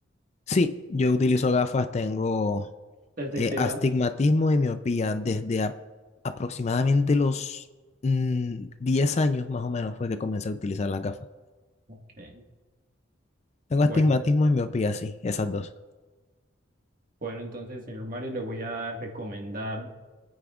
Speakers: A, on the left; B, on the right.
A: Sí, yo utilizo gafas, tengo
B: ¿Desde
A: eh,
B: qué
A: astigmatismo
B: edad?
A: y miopía desde a- aproximadamente los mm, 10 años más o menos fue que comencé a utilizar las gafas.
B: ok.
A: Tengo
B: Bueno,
A: astigmatismo y miopía, sí, esas dos.
B: bueno, entonces, señor Mario, le voy a recomendar, le